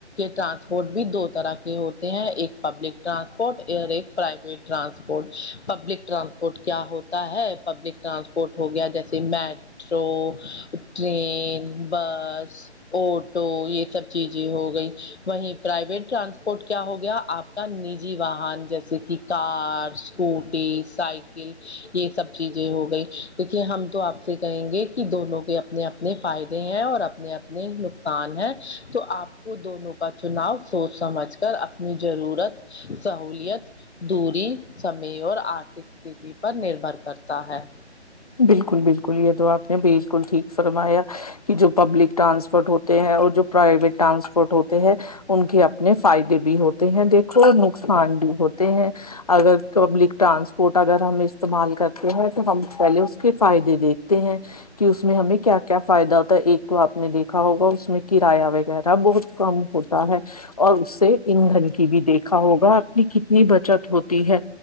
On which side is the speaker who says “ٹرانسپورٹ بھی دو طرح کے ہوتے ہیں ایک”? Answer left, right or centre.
Left